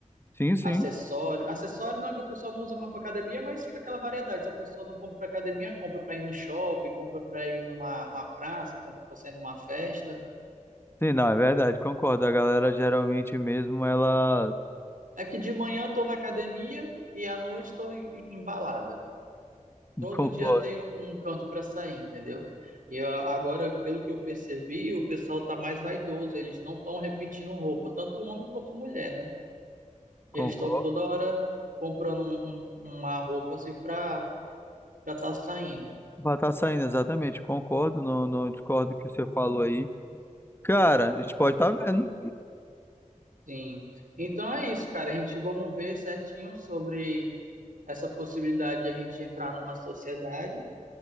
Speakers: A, on the left; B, on the right.
A: Sim, sim.
B: acessório. Acessório não é que o pessoal não usa mais para academia, mas fica aquela variedade. Se a pessoa não compra para academia, compra para ir no shopping, compra para ir numa uma praça, compra para sair numa festa.
A: Sim, não, é verdade, concordo. A galera geralmente mesmo, ela
B: É que de manhã eu tô na academia e à noite estou embalada. Todo
A: concordo,
B: dia tem um, um canto para sair, entendeu? E ó, agora, pelo que eu percebi, o pessoal tá mais vaidoso, eles não estão repetindo roupa, tanto homem quanto mulher, né? Eles
A: concordo.
B: estão toda hora comprando um- um- uma roupa assim para já tá saindo.
A: Vai estar saindo, exatamente, concordo, não, não discordo do que você falou aí. Cara, a gente pode estar tá vendo.
B: Sim. Então é isso, cara. A gente vamos ver certinho sobre essa possibilidade de a gente entrar numa sociedade